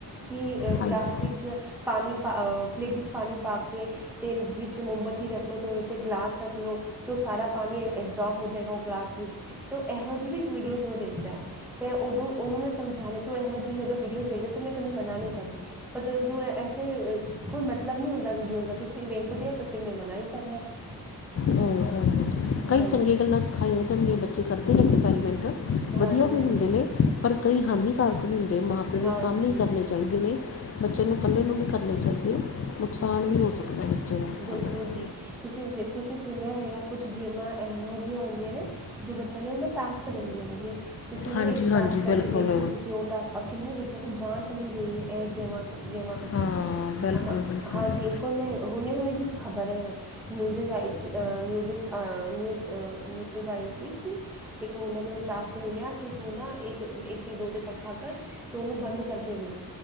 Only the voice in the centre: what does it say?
ਕੀ
ਗਲਾਸ ਵਿੱਚ ਪਾਨੀ ਪਾ ਪਲੇਟ ਚ ਪਾਨੀ ਪਾ ਕੇ ਤੇ ਵਿੱਚ ਮੋਮਬੱਤੀ ਰੱਖ ਲੋ ਤੇ ਓਦੇ ਤੇ ਗਲਾਸ ਰੱਖ ਲੋ। ਤੋ ਸਾਰਾ ਪਾਨੀ ਐਬਜ਼ੋਰਵ ਹੋ ਜੇਗਾ ਓ ਗਲਾਸ ਵਿੱਚ ਤਾਂ ਐਹੋ ਜੀ ਵੀ ਵੀਡੀਓਜ਼ ਓ ਦੇਖਦਾ ਐ। ਫੇਰ ਓਦੋਂ ਓਨੂੰ ਮੈਂ ਸਮਝਾਨੇ ਤੂੰ ਐਹੋ ਜੀ ਜਦੋਂ ਵੀਡੀਓਜ਼ ਦੇਖਦੇ ਮੈਂ ਤੈਨੂੰ ਮਨਾ ਨੀ ਕਰਦੀ। ਪਰ ਜਦੋਂ ਤੂੰ ਐਸੇ ਕੋਈ ਮਤਲਬ ਨੀ ਹੁੰਦਾ ਵੀਡੀਓ ਦਾ ਤੁਸੀਂ ਵੇਖਦੇ ਹੋ ਫਿਰ ਮੈਂ ਮਨਾ ਈ ਕਰਨਾ। <unintelligible>
ਹਾਂਜੀ
ਹਾਂਜੀ
ਹਾਂਜੀ
ਹਾਂਜੀ
ਬਿਲਕੁਲ
ਜੀ ਤੁਸੀਂ-ਤੁਸੀਂ ਸੁਨਿਆ ਹੋਏਗਾ ਕੁਛ ਗੇਮਾਂ ਐਹੋ ਜੀਆਂ ਹੁੰਦੀਆਂ ਨੇ ਜੋ ਬੱਚਿਆਂ ਨੂੰ ਨਾ ਓ ਟਾਸਕ ਦਿੰਦੀਆਂ ਨੇ ਤੁਸੀਂ ਨਾ
ਇੱਕ
ਟਾਸਕ ਕਰਕੇ
ਦੇਖੋ ਤੁਸੀਂ ਓ ਟਾਸਕ ਔਰ ਕਿੰਨੇ ਬੱਚਿਆਂ ਦੀ ਜਾਨ ਚਲੀ ਗਈ ਐ ਐਹ ਗੇਮ ਚ ਗੇਮਾਂ ਪਿੱਛੇ
ਅ
ਹਾਂਜੀ ਇੱਕ ਵਾਰ ਮੈਂ ਹੁਨੇ-ਹੁਨੇ ਦੀ ਖ਼ਬਰ ਐ ਨਿਊਜ਼ਿਜ਼ ਆਏ ਸੀ ਅ ਨਿਊਜ਼ਜ਼ ਅ ਨਿਊਜ਼-ਨਿਊਜ਼ ਆਈ ਸੀ ਕੀ ਇੱਕ ਮੁੰਡੇ ਨੂੰ ਟਾਸਕ ਮਿਲਿਆ ਕਿ ਤੂੰ ਨਾ ਇੱਕ-ਇੱਕ ਜਾਂ ਦੋ ਤੇ ਪੱਖਾ ਕਰ ਤੇ ਓਨੂੰ ਬੰਦ ਕਰਕੇ ਵੇਖ।